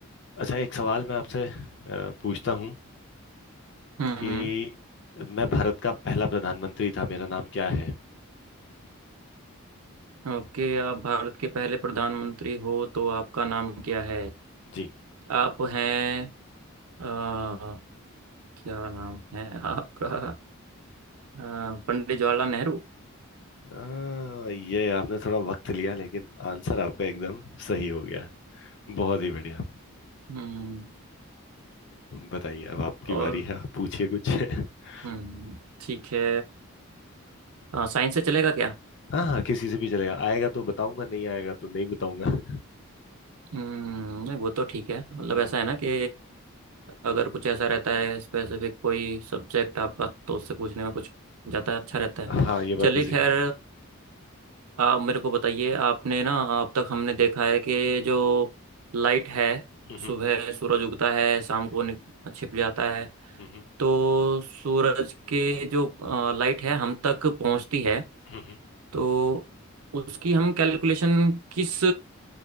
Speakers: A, on the left; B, on the right.
A: अच्छा एक सवाल मैं आपसे अ, पूछता हूँ
B: हम्म
A: कि
B: हम्म
A: मैं भारत का पहला प्रधानमंत्री था मेरा नाम क्या है
B: ओके आप भारत के पहले प्रधानमंत्री हो तो आपका नाम क्या है
A: जी
B: आप हैं आ, क्या नाम है आपका आ, पंडित जवाहरलाल नेहरू
A: अ, ये आपने थोड़ा वक्त लिया लेकिन आंसर आपका एकदम सही हो गया बहुत ही बढ़िया
B: हम्म
A: बताइए अब आपकी
B: और
A: बारी है आप पूछिए कुछ <laughs>
B: हम्म ठीक है आ, साइंस से चलेगा क्या
A: हाँ हाँ किसी से भी चलेगा आएगा तो बताऊंगा नहीं आएगा तो नहीं बताऊंगा <laughs>
B: हम्म नहीं वो तो ठीक है मतलब
A: हम्म
B: ऐसा है ना कि अगर कुछ ऐसा रहता है स्पेसिफिक कोई सब्जेक्ट आपका तो उससे पूछने में कुछ जाता है अच्छा रहता है
A: हाँ ये
B: चलिए
A: बात भी सही
B: खैर
A: है
B: आप मेरे को बताइए आपने ना अब तक हमने देखा है कि जो लाइट है
A: हम्म
B: सुबह सूरज उगता है शाम को नि- छिप जाता है
A: हम्म
B: तो सूरज के जो लाइट है हम तक पहुंचती है
A: हम्म
B: तो उसकी हम कैलकुलेशन किस